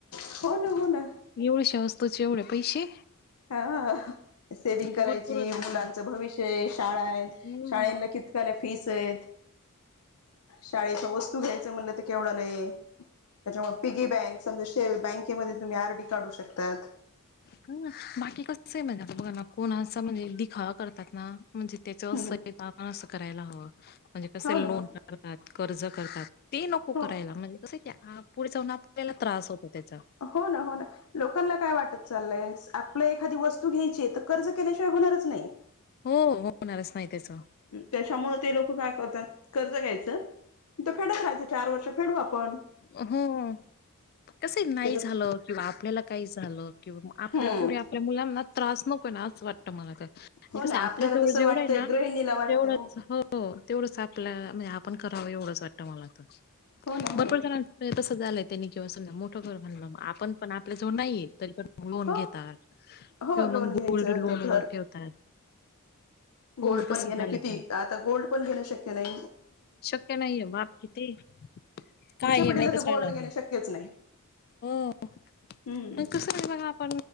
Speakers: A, on the left; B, on the left.
A: हो ना हो ना.
B: एवढुशा वस्तूचे एवढ पैसे?
A: हा सेविंग करायची
B: भरपूर होतात
A: मुलांचं
B: ना.
A: भविष्य आय शाळा आयत
B: हम्म.
A: शाळेनला कित त्याला फीस आयत शाळेच्या वस्तू घ्यायच म्हणलं तर केवढ्यालय त्याच्यामुळ पिगी बँक समजा बँकेमध्ये तुम्ही आर डी काढू शकतात.
B: हा बाकी कस आय म्हणा आता बघाना कोणा असं म्हणजे दिखावा करतात ना. म्हणजे त्याचं असं
A: हो
B: हे तर आपण असं करायला हवं म्हणजे कस लोन
A: ना
B: करतात कर्ज करतात. ते नको
A: हो
B: करायला म्हणजे कसं की पुढे जाऊन आपल्याला त्रास होतो त्याचा.
A: हो ना हो ना. लोकांना काय वाटत चाललंय आपलं एखादी वस्तू घ्यायची तर कर्ज केल्याशिवाय होणारच नाय.
B: हो हो, होणारच त्याच.
A: त्याच्यामुळ ते लोक काय करतात कर्ज घ्यायचं त फेडत राहायचं चार वर्ष फेडू आपण.
B: हम्म. कसं
A: त्याच्यात
B: नाय झालं किंवा आपल्याला काय झालं किंवा म आपल्या
A: हम्म
B: पुढे मुलांना त्रास नकोय ना असं वा टतं मला तर म्हंजे
A: हो
B: कस
A: ना
B: आपल्या
A: आपल्याला
B: जवळ
A: तसं
B: जेवढं
A: वाटतंय
B: आय ना
A: गृहिणीला वाटतंय
B: तेवढंच हो तेवढंच आपल्या म्हणजे आपण करावं एवढंच वाटतं मला तर.
A: हो ना हो
B: भरपूर
A: ना
B: जणांचं तसं झालंय त्यांनी किंवा समजा मोठं घर बांधलं म आपण पण आपल्या जवळ नाहीये तरी पण लोन
A: हो
B: घेतात,
A: हो
B: किंवा
A: लोन
B: मग
A: घ्यायचं
B: गोल्ड लोन
A: ते घर
B: वर ठेवतात. हो
A: गोल्ड
B: तसंच
A: पण घेणं
B: झालंय
A: किती
B: ते
A: आता गोल्ड पण घेणं शक्य नाय.
B: शक्य नाय बाप किती काय
A: पुढच्या
B: हे
A: पिढीला
B: माहितच
A: तर गोल्ड
B: नाय मला
A: घेणे
B: हे,
A: शक्यच नाही
B: हो
A: हम्म
B: पण कसं काय बघा पण